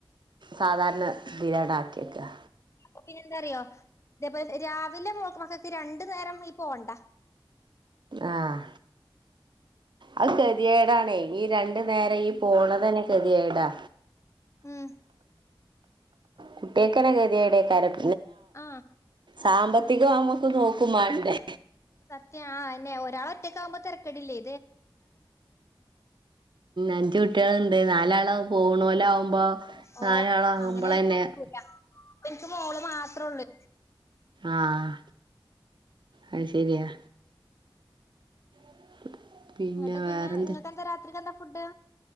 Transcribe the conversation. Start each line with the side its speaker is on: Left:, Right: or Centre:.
Right: സാധാരണ തീലാണ് ആക്കിയക്കാ
Left: അപ്പൊ പിന്നെ എന്താറിയോ ഇതേപോലെ രാവിലെ മോക്ക് മക്കക്ക് രണ്ടു നേരം ഈ പോണ്ട
Right: ആഹ് അത് കെതിയേടാണേ ഈ രണ്ടു നേരം ഈ പോണതെന്നെ കെതിയേടാ
Left: മ്ഹ്
Right: കുട്ട്യാക്കെന്നെ കെതിയേടേക്കാരം
Left: ആഹ്
Right: സാമ്പത്തികം നമ്മുക്ക് നോക്കുമ്മാണ്ടേ
Left: സത്യം ആ അയെന്നെ ഒരാളൊറ്റക്കാവുമ്പോ തെരക്കടില്ലേ
Right: അഞ്ച് കുട്ടികളുണ്ട് നാലാള് പോണോലാവുമ്പൊ
Left: ഓ
Right: നാലാളാകുമ്പളെന്നെ-
Left: അങ്ങനെ നടക്കൂല എനിക്ക് മോള് മാത്രേ ഉള്ളൂ
Right: ആഹ് അത് ശരിയാ <unintelligible>
Left: എന്നിട്ട്
Right: വേറെന്ത്
Left: പിന്നെ നിങ്ങക്കെന്താ രാത്രിക്കെന്താ ഫുഡ്?